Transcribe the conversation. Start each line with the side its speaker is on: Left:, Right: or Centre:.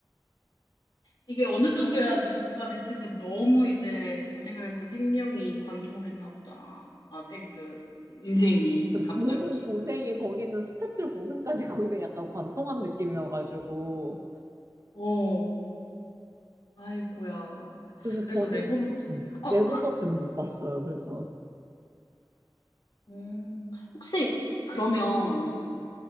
Left: 이게 어느 정도 해야지 복구가 될 텐데 너무 이제 고생을 해서 생명이 관통을 했나 보다. 아, 생, 그, 인생이 갑자기.
Right: 모든 고생이 거기는 스태프들 고생까지 <laughs> 거기가 약간 관통한 느낌이어가지고
Left: 어, 아이고야.
Right: 그래서
Left: 그래서
Right: 저는
Left: 레버넌트.
Right: 음,
Left: 어,
Right: 네버너트는
Left: 그,
Right: 못 봤어요. 그래서
Left: 음, 혹시 그러면